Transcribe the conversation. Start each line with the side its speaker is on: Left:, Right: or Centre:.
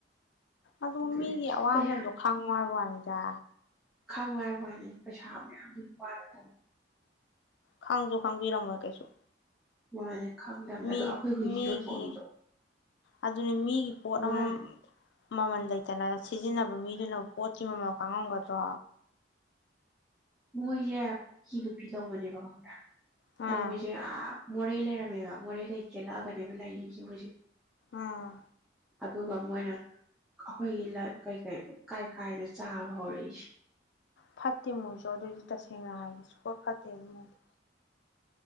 Left: ꯑꯗꯨ
Centre: ꯑꯗꯨꯅꯦ
Left: ꯃꯤꯒꯤ ꯑꯋꯥꯃꯟꯗꯣ
Centre: ꯄꯩꯁꯥ
Left: ꯈꯪꯉꯣ ꯍꯥꯢꯕ ꯋꯥꯅꯤꯗ
Centre: ꯈꯪꯉꯣ ꯍꯥꯢꯕ ꯋꯥꯅꯤꯗ ꯄꯩꯁꯥ ꯃꯌꯥꯝꯖꯨ ꯄꯥꯢꯔ ꯊꯝꯃꯣ
Left: ꯈꯪꯖꯨ ꯈꯪꯕꯤꯔꯝꯃꯣꯢ ꯀꯩꯁꯨ
Centre: ꯃꯥꯅꯦ ꯈꯪꯗꯕꯅꯦ
Left: ꯃꯤ
Centre: ꯑꯗꯣ ꯑꯩꯈꯣꯏ ꯍꯨꯏꯁꯤ
Left: ꯃꯤꯒꯤ
Centre: ꯌꯣꯟꯊꯣꯛꯑꯝꯗꯣ
Left: ꯑꯗꯨꯅꯦ ꯃꯤꯒꯤ ꯄꯣꯠ
Centre: ꯃꯥꯅꯦ
Left: ꯑꯃ ꯃꯃꯟ ꯂꯩꯇꯅ ꯁꯤ ꯁꯤꯖꯤꯟꯅꯕ ꯃꯤꯗꯨꯅ ꯄꯣꯠꯀꯤ ꯃꯃꯜ ꯈꯪꯉꯝꯒꯗ꯭ꯔꯣ
Centre: ꯃꯣꯏꯁꯦ ꯀꯨꯀꯤ ꯅꯨꯄꯤ ꯂꯧꯕꯅꯦꯕ ꯈꯪꯕ꯭ꯔꯥ
Left: ꯑꯥ
Centre: ꯑꯗꯣ ꯃꯣꯢꯁꯦ ꯑꯥ ꯃꯣꯔꯦ ꯂꯩꯔꯝꯃꯦꯕ ꯃꯣꯔꯦ ꯗꯩ ꯆꯦꯜꯂꯛꯑꯒꯅꯦꯕ ꯂꯩꯔꯤꯁꯦ ꯍꯨꯖꯤꯛ
Left: ꯑꯥ
Centre: ꯑꯗꯨꯒ ꯃꯣꯏꯅ ꯑꯩꯈꯣꯏꯒꯤ ꯂꯟ ꯀꯩꯀꯩ ꯀꯥꯏ ꯀꯥꯏꯗꯅ ꯆꯥꯕ ꯍꯧꯔꯛꯏꯁꯦ
Left: ꯐꯠꯇꯦ ꯃꯣꯏꯁꯨ ꯑꯗꯨꯗꯤ ꯇꯁꯦꯡꯅ ꯍꯥꯏꯒꯦ ꯁꯨꯛꯐꯠꯇꯦ ꯑꯗꯨꯃꯣꯏꯗꯤ